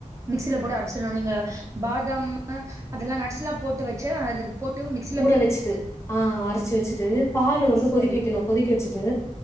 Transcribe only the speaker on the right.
மிக்சில போட்டு அரைச்சிறனு நீங்க பாதாம் அதெல்லா நட்ஸ்ல்லா போட்டு வச்சா அது போட்டு மிக்சி
சரி